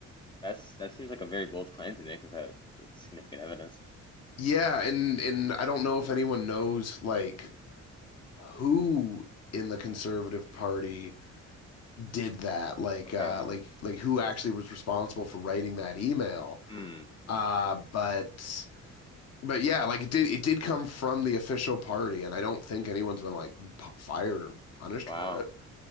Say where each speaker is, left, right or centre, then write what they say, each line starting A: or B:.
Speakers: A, on the left (about 15°); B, on the left (about 55°).
A: that's that seems like a very bold claim to make without significant evidence.
B: Yeah, and and I don't know if anyone knows like who in the Conservative Party did that, like
A: Okay.
B: uh, like like who actually was responsible for writing that email.
A: Hmm.
B: Uh, but But yeah, like it did it did come from the official party, and I don't think anyone's been like p fired or punished
A: Wow.
B: for it.